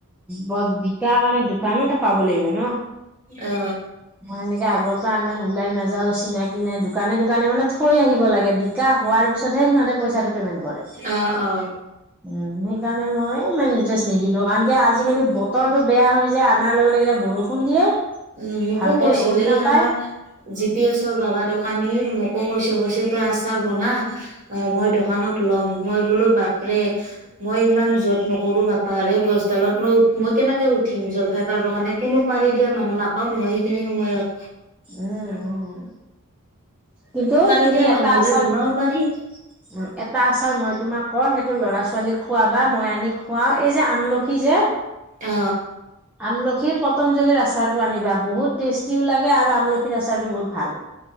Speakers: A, in the centre; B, on the right.
A: ব বিকাৰ কাৰণে দোকানত পাব লাগিব ন
B: অ
A: মই এনেকে আগৰ পৰা ইমান ওলাই নাযাও চিনাকি নাই দোকানে দোকানে মানে থৈ আহিব লাগে বিকা হোৱাৰ পিছতহে সিহঁতে পইচাটো পেমেন্ট কৰে উম, সেইকাৰণে
B: অ অ
A: মই মানে। ইন্টাৰেষ্ট নিদিলো কাৰণ কে আজিকালি বতৰতো বেয়া হৈ যায় অনাৰ লগে লগে এতিয়া বৰষুণ দিয়ে।
B: উ মোকো
A: ভালকে
B: কৈছিল
A: ৰ'দ
B: এই
A: নাপায়
B: আমাৰ জি পি এছৰ বাবা ডক- কানি মোকো কৈছিল কৈছিল তই আচাৰ বনা'। অ, মই দোকানত ল'ম মই। বোলো বাপৰে মই ইমান জত নকৰো বাপাৰে গছডালত মই উ মই কেনেকে উঠিম জলফাই পাৰ কাৰণে কোনো পাৰি দিয়া মানুহ নাপাও নহয় সেইখিনি সময়ত
A: উম, উম। কিন্তু
B: পাৰি
A: তুমি
B: দিয়া মানুহ
A: এটা
B: হলে
A: আচাৰ
B: বনাব
A: ম
B: পাৰি
A: এটা আচাৰ মই তোমাক ক সেইটো ল'ৰা ছোৱালীক খোৱাবা মই আনি খুৱাও এই যে আমলখি যে
B: অ,।
A: আমলখিৰ পতঞ্জলিৰ আচাৰটো আনিবা বহুত টেষ্টিও লাগে আৰু আমলখিৰ আচাৰটো বহুত ভাল,।